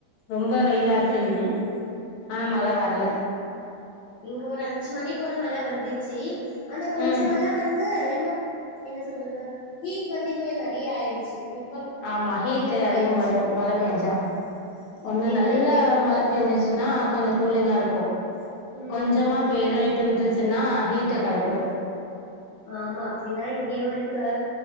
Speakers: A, on the left; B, on the left.
A: ரொம்ப வெயிலா இருக்குனு
B: ம்
A: ஆனா மழ வரல்ல
B: உம் க ஒரு அஞ்சு மணி போல மழ வந்து ச்சி அந்த கொஞ்ச
A: ம்
B: மழ வந் ம் இன்னும் என்ன சொல்றது ஹீட் வந்து இன்னுவே நறைய ஆயிடுச்சு. வெப்பம்
A: ஆமா ஹீட்டு
B: அதிகமா
A: அதிகமாயிரும்
B: ஆயிடுச்சு
A: மழ
B: ஆ
A: பேய்ஞ்சா ஒண்ணு
B: அப்டிதா
A: நல்லா
B: இப்ப இருக்கு
A: மழ பெஞ்சுச்சுன்னா கொஞ்சோ கூலிங்கா இருக்கும்
B: ம்
A: கொஞ்சமா பெய்தாயிட்டு
B: ம்
A: விட்டுருச்சின்னா ஹீட்ட களப்பிரும்
B: ஆம்மா அப்படிதா இங்கயும் இருக்கு